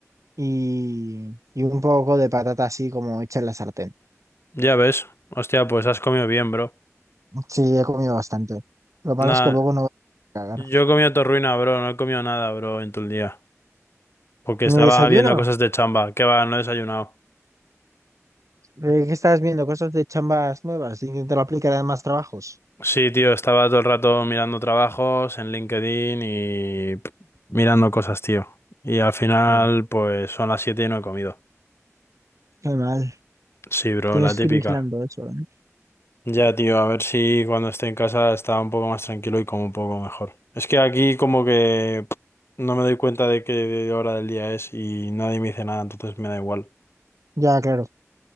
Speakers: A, on the right; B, on the left.
A: y, y un poco de patata así como hecha en la sartén.
B: Ya ves. Hostia, pues has comido bien, bro.
A: Sí, he comido bastante. Lo malo
B: Nada,
A: es que luego no voy a cagar.
B: Yo he comido torruina, bro. No he comido nada, bro, en todo el día. Porque
A: Mi
B: estaba
A: desayuno.
B: viendo cosas de chamba. Que va, no he desayunado.
A: eh, ¿Qué estás viendo? Cosas de chambas nuevas. Intentar aplicar a más trabajos.
B: Sí, tío, estaba todo el rato mirando trabajos en LinkedIn y pff, mirando cosas, tío. Y al final,
A: Sí.
B: pues son las 7 y no he comido.
A: Qué mal.
B: Sí, bro,
A: Tienes
B: la típica.
A: que ir vigilando eso, ¿eh?
B: Ya, tío, a ver si cuando esté en casa está un poco más tranquilo y como un poco mejor. Es que aquí como que pff, no me doy cuenta de qué hora del día es y nadie me dice nada, entonces me da igual.
A: Ya, claro.